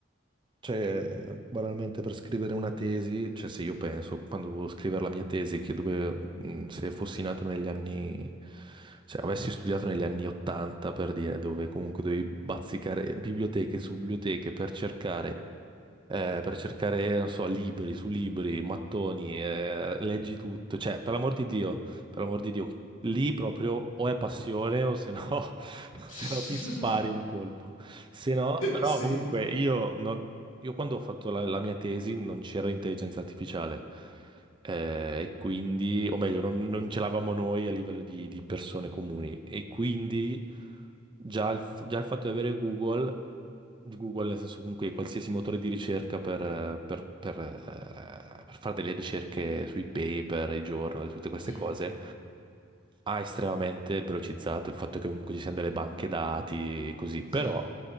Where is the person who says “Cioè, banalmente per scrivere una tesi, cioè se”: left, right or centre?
Right